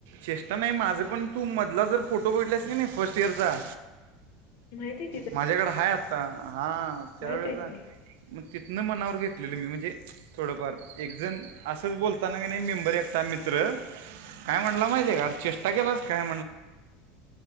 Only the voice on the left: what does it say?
माहिती
माहित आहे की